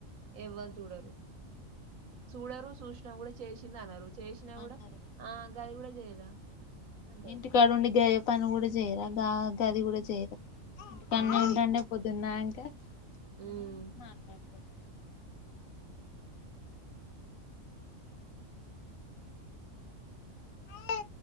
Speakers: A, on the right; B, on the left.
A: ఎవ్వర్ చూడరు. చూడరు చూశినా గూడా చేశింది అనరు. చేశినా
B: అన్నారు
A: గూడా ఆ గది గూడా చేయదా అంటరు.
B: ఇంటికాడ ఉండి గయ్య పని గూడా చేయరా గా గది గూడా చేయరా. ఇంటి కాడనే
A: ఉమ్
B: ఉంటాండే పొద్దున్ దాంకా అని
A: ఉమ్
B: మాట్లాడుతరు. బాయ్